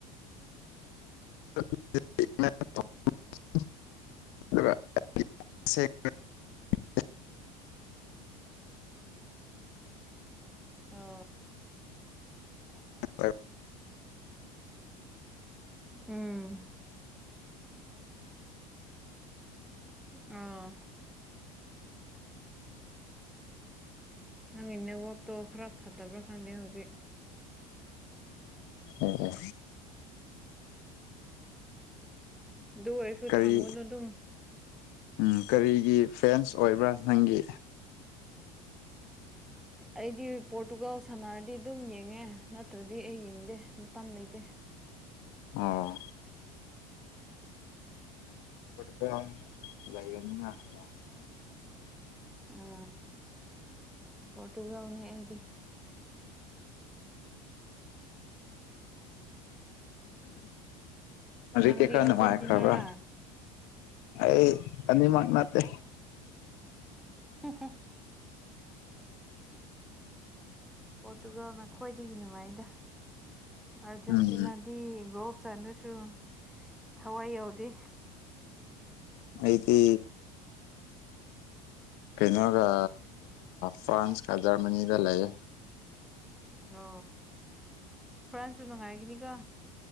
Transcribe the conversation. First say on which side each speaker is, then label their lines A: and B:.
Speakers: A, on the left; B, in the centre.
A: <unintelligible> <inaudible>
B: ꯑ <inaudible>
A: ꯑꯣ
B: ꯎꯝ ꯑꯣ ꯅꯪꯒꯤ ꯅꯦꯠꯋꯥꯛꯇꯣ ꯈꯔ ꯐꯠꯇꯕ꯭ꯔꯥ ꯈꯪꯗꯦ ꯍꯧꯖꯤꯛ
A: ꯎꯝ
B: ꯑꯗꯨ ꯑꯣꯏꯔꯁꯨ
A: ꯀꯔꯤ
B: ꯊꯝꯒꯅꯨ ꯑꯗꯨꯝ
A: ꯎꯝ ꯀꯔꯤꯒꯤ ꯐꯦꯟꯁ ꯑꯣꯏꯕ꯭ꯔꯥ ꯅꯪꯒꯤ
B: ꯑꯩꯗꯤ ꯄꯣꯔꯇꯨꯒꯜ ꯁꯥꯟꯅꯔꯗꯤ ꯑꯗꯨꯝ ꯌꯦꯡꯉꯦ ꯅꯠꯇ꯭ꯔꯗꯤ ꯑꯩ ꯌꯦꯡꯗꯦ ꯃꯇꯝ ꯂꯩꯇꯦ
A: ꯑꯣ ꯄ ꯂꯒꯅꯤ <inaudible>
B: ꯑ ꯄꯣꯔꯇꯨꯒꯜꯅꯤ ꯑꯩꯗꯤ ꯎꯝ
A: ꯖꯤ
B: ꯅꯪꯗꯤ
A: ꯀ ꯈꯔ
B: ꯑꯥꯔꯖꯦꯟꯇꯤꯅꯥꯔꯥ
A: ꯅꯨꯡꯃꯥꯏ ꯈꯔꯕ ꯑꯩ ꯑꯅꯤ ꯃꯥꯛꯅꯠꯇ
B: ꯍ <inaudible> ꯄꯣꯔꯇꯨꯒꯜ ꯅꯈꯣꯏꯗꯒꯤ ꯅꯨꯡꯉꯥꯏꯗ ꯑꯥꯔꯖꯦꯟꯇꯤꯅꯥꯗꯤ
A: ꯎꯝ
B: ꯆꯥꯟꯗꯁꯨ ꯊꯋꯥꯏ ꯌꯥꯎꯗꯦ
A: ꯑꯩꯗꯤ ꯀꯩꯅꯣꯒ ꯐ꯭ꯔꯥꯟꯁꯀ ꯖꯔꯃꯅꯤꯗ ꯂꯩꯌꯦ
B: ꯑ ꯐ꯭ꯔꯥꯟꯁꯁꯨ ꯅꯨꯡꯉꯥꯏꯒꯤꯅꯤꯒ